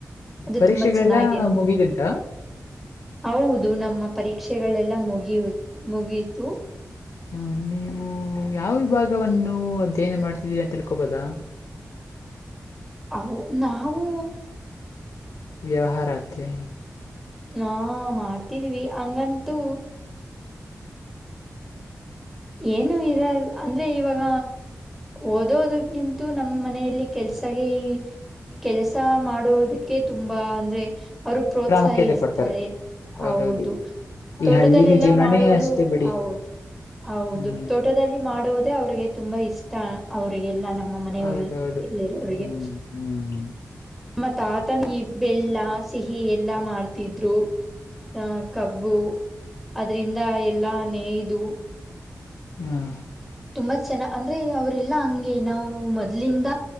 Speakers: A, in the centre; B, on the left.
A: ಅದು
B: ಪರೀಕ್ಷೆಗಳೆಲ್ಲಾ
A: ತುಂಬಾ ಚೆನ್ನಾಗಿರುತ್ತೆ
B: ಮುಗಿದುಂಟಾ.
A: ಹೌದು ನಮ್ಮ ಪರೀಕ್ಷೆಗಳೆಲ್ಲ ಮುಗಿಯು ಮುಗಿತು.
B: ಹ ನೀವು ಯಾವ ವಿಭಾಗವನ್ನು ಅಧ್ಯಯನ ಮಾಡ್ತಿದ್ದೀರ ತಿಳ್ಕೊಬೋದಾ.
A: ಅಹೋ ನಾವು
B: ವ್ಯಹಾರ ಆದ್ಯ
A: ನಾ ಮಾಡ್ತಿದ್ವಿ ಹಂಗಂತೂ ಏನು ಇರ ಅಂದ್ರೆ ಇವಾಗ ಓದೋದಗಿಂತೂ ನಮ್ಮ ಮನೆಯಲ್ಲಿ ಕೆಲ್ಸಾಗೆ ಕೆಲಸ ಮಾಡುದಕ್ಕೆ ತುಂಬಾ ಅಂದ್ರೆ ಅವರು ಪ್ರೋತ್ಸಾಹಿಸ್ತಾರೆ
B: ಪ್ರಾಮುಖ್ಯತೆ ಕೊಡ್ತಾರೆ ಹೌದೌದು.
A: ಹೌದು.
B: ಈ
A: ತೋಟದಲ್ಲೆಲ್ಲಾ
B: ಹಳ್ಳಿಲಿ ಜೀವನನೇ
A: ಮಾಡೋದು
B: ಅಷ್ಟೇ ಬಿಡಿ
A: ಹೌದು. ಹೌದು
B: ಹ್ಮ್
A: ತೋಟದಲ್ಲಿ ಮಾಡುವುದೇ ಅವ್ರಿಗೆ ತುಂಬಾ ಇಷ್ಟ ಅವ್ರರಿಗೆಲನು. ನಮ್ಮ ಮನೆಯಲ್ಲಿ
B: ಹೌದೌದು.
A: ಇರುವರಿಗೆ.
B: ಹ್ಮ್ ಹ್ಮ್
A: ನಮ್ಮ ತಾತಾನೆ ಈ ಬೆಲ್ಲ ಸಿಹಿ ಎಲ್ಲಾ ಮಾಡ್ತಿದ್ರು. ಆ ಕಬ್ಬು ಅದ್ರಿಂದ ಎಲ್ಲಾ ನೇಯ್ದು.
B: ಹ್ಮ
A: ಅದು ಚೆನ್ನ ಅಂದ್ರೆ ಅವ್ರಲ್ಲಾ ಹಂಗೆ ನಾವು ಮೊದ್ಲಿಂದ